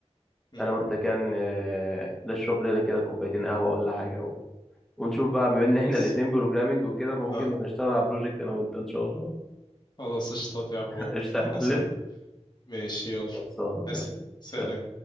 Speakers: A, on the left; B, in the centre.
A: امم
B: أنا وأنت كان آه، نشرب لنا كده كوبايتين قهوة ولا حاجة و... ونشوف بقى بما إن
A: خلاص
B: إحنا الاتنين بروجرامينج وكده فممكن
A: اه
B: نشتغل على بروجكت أنا وأنت إن شاء الله
A: خلاص قشطات يا عبود
B: <laughs> قشطة
A: اتفقنا
B: يا معلم
A: سهل ماشي يلا
B: خلصان يلا
A: اشتركوا في
B: سلام
A: القناة